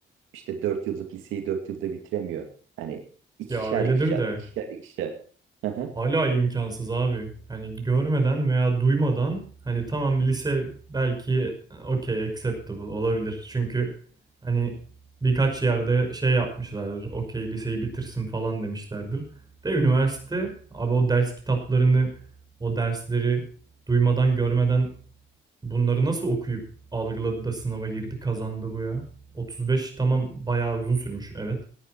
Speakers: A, on the right (about 90°); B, on the right (about 20°).
A: işte 4 yıllık liseyi 4 yılda bitiremiyor. Hani ikişer
B: Ya öyledir
A: ikişer
B: de
A: ikişer ikişer. Hı hı.
B: Hala imkansız abi. Hani görmeden veya duymadan hani tamam lise belki okey acceptable olabilir. Çünkü hani birkaç yerde şey yapmışlardır. Okey liseyi bitirsin falan demişlerdir. De üniversite abi o ders kitaplarını, o dersleri duymadan görmeden bunları nasıl okuyup algıladı da sınava girdi, kazandı bu ya. 35 tamam bayağı uzun sürmüş evet.